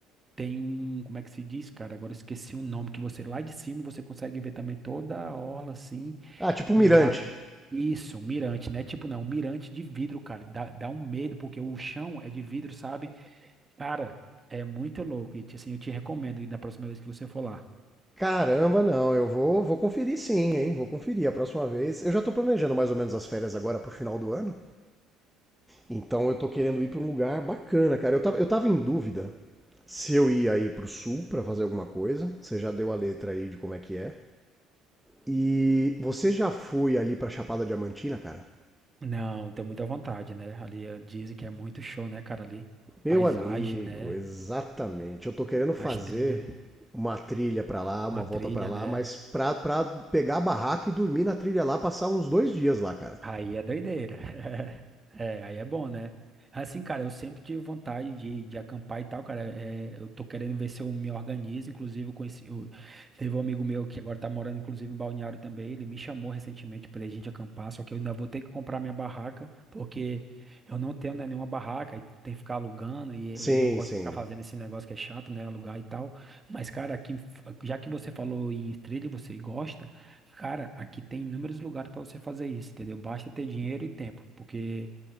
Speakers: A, on the right (about 20°); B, in the centre.
A: Tem um, como é que se diz, cara? Agora eu esqueci o nome, que você lá de cima você consegue ver também toda a orla assim,
B: Ah, tipo
A: o
B: um mirante.
A: mar. Isso, um mirante, né? Tipo, não, um mirante de vidro, cara. Dá, dá um medo, porque o chão é de vidro, sabe? Cara, é muito louco. E assim, eu te recomendo ir na próxima vez que você for lá.
B: Caramba, não, eu vou, vou conferir sim, hein? Vou conferir a próxima vez. Eu já tô planejando mais ou menos as férias agora pro final do ano. Então eu tô querendo ir pra um lugar bacana, cara. Eu tava, eu tava em dúvida se eu ia aí pro sul pra fazer alguma coisa. Você já deu a letra aí de como é que é. E você já foi ali pra Chapada Diamantina, cara?
A: Não, tem muita vontade, né? Ali eh, dizem que é muito show, né, cara? Ali,
B: Meu
A: paisagem,
B: amigo,
A: né?
B: exatamente. Eu tô querendo fazer
A: As trilhas,
B: uma trilha pra lá, uma
A: uma
B: volta
A: trilha,
B: pra lá,
A: né?
B: mas pra, pra pegar a barraca e dormir na trilha lá, passar uns dois dias lá, cara.
A: Aí é doideira. <laughs> É, aí é bom, né? Assim, cara, eu sempre tive vontade de, de acampar e tal, cara. É, eu tô querendo ver se eu me organizo. Inclusive, eu conheci, eu, teve um amigo meu que agora tá morando, inclusive, em Balneário também. Ele me chamou recentemente pra gente acampar, só que eu ainda vou ter que comprar minha barraca, porque eu não tenho, né, nenhuma barraca, e tem que ficar alugando, e
B: Sim,
A: eu não gosto
B: sim.
A: de ficar fazendo esse negócio que é chato, né? Alugar e tal. Mas, cara, aqui, já que você falou em trilha, e você gosta. Cara, aqui tem inúmeros lugares para você fazer isso, entendeu? Basta ter dinheiro e tempo, porque